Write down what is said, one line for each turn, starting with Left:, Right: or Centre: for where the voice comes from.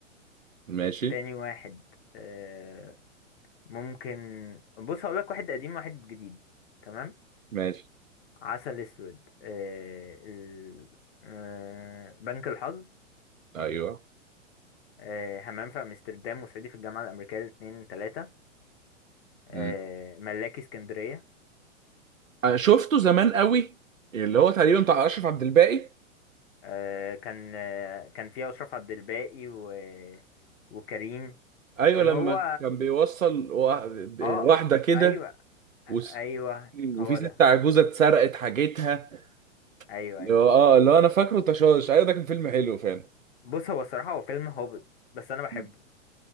Right: ماشي
Left: تاني واحد آه، ممكن بص هقول لك واحد قديم واحد جديد تمام
Right: ماشي
Left: عسل اسود آه... ال... آه... بنك الحظ
Right: ايوه
Left: آه... همام في امستردام وصعيدي في الجامعه الامريكيه الاثنين ثلاثه آه...
Right: امم
Left: ملاكي اسكندريه
Right: أنا شفته زمان قوي اللي هو تقريبا بتاع اشرف عبد الباقي
Left: آه... كان آه... كان فيها اشرف عبد الباقي و... وكريم
Right: ايوه
Left: اللي
Right: لما
Left: هو
Right: كان بيوصل وا- ب-
Left: اه
Right: واحده كده
Left: ايوه
Right: وس-
Left: ايوه هو
Right: وفي ست
Left: ده
Right: عجوزه اتسرقت حاجتها
Left: ايوه
Right: اللي
Left: ايوه
Right: هو-
Left: هو
Right: اه
Left: ده
Right: اللي هو انا فاكره تشاش ايوه ده كان فيلم حلو فعلا
Left: بص هو الصراحه هو فيلم هابط بس انا بحبه
Right: مم.